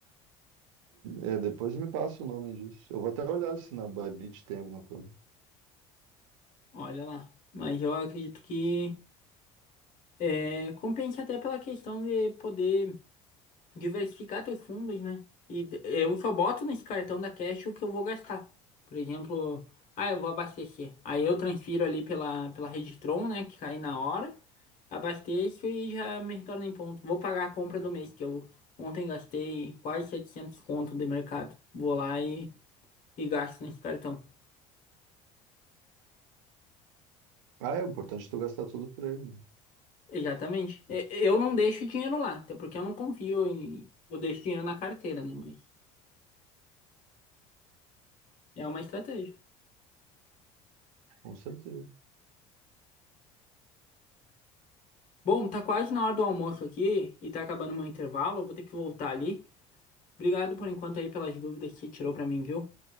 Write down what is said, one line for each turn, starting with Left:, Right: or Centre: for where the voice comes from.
Right: É, é, depois me passa o nome disso. Eu vou até olhar se na Bybit tem alguma coisa.
Left: Olha lá. Mas eu acredito que é, compensa até pela questão de poder. diversificar teus fundos, né? E t- eu só boto nesse cartão da Cash o que eu vou gastar. Por exemplo, ah, eu vou abastecer. Aí eu transfiro ali pela, pela rede Tron, né? Que cai na hora. Abasteço e já me retorna em ponto. Vou pagar a compra do mês, que eu ontem gastei quase 700 conto de mercado. Vou lá e, e gasto nesse cartão.
Right: Ah, é importante tu gastar tudo por ele. né?
Left: Exatamente. E- Eu não deixo dinheiro lá, até porque eu não confio em... Eu deixo dinheiro na carteira, né? Mas é uma estratégia.
Right: Com certeza.
Left: Bom, tá quase na hora do almoço aqui e tá acabando meu intervalo. eu Vou ter que voltar ali. Obrigado por enquanto aí pelas dúvidas que você tirou pra mim, viu?